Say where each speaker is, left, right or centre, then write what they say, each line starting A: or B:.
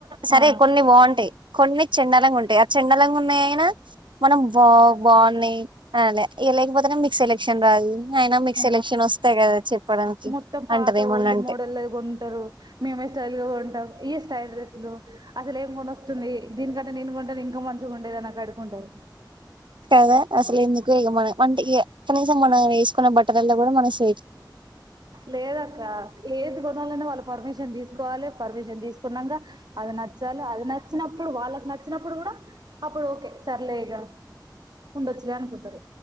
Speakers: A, on the right (about 80°); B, on the right (about 60°).
A: సరే
B: ఆ
A: కొన్ని బాగుంటాయి. కొన్ని చెండాలంగా ఉంటాయి. ఆ చెండాలంగా ఉన్ నేను మనం బా బాగున్నాయి. అనాలి లేకపోతే మీకు సెలక్షన్ రాదు అయినా మీకు
B: ఆ
A: సెలక్షన్ వస్తాయి కదా చెప్పడానికి
B: మొత్తం పాత
A: అంటారేమన్నా
B: ఓల్డ్
A: అంటే
B: మోడల్ కొంటారు. మేమే స్టైల్ గా కొంటాం. ఈ స్టైల్ డ్రెస్సులు అసలే ఏం కొనువాస్తోంది. దీనికంటే నేను కొంటేనే ఇంకా మంచిగా ఉండేది. అని లాడుకుంటారు.
A: కదా అసలు ఎందుకో ఇగా మనం అంటే కనీసం మనం వేసుకున్న బట్టలల్లో కూడా మనం
B: లేదక్క లేదు కొనాలనే వాళ్ళ పర్మిషన్ తీసుకోవాలి. పర్మిషన్ తీసుకున్నాంగా అది నచ్చాలి. అది నచ్చినప్పుడు వాళ్ళకి నచ్చినప్పుడు కూడా అప్పుడు ఓకే సరేలే ఇగా ఉండొచ్చులే అనుకుంటాడు.